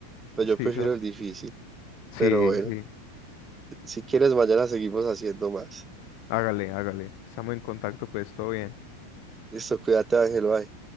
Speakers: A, on the right; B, on the left.
A: pero
B: Sí,
A: yo prefiero
B: ¿sabes?
A: el difícil.
B: Sí,
A: Pero bueno,
B: sí.
A: si quieres mañana seguimos haciendo más.
B: Hágale, hágale. Estamos en contacto, pues todo bien.
A: Listo, cuídate, Ángel, bye.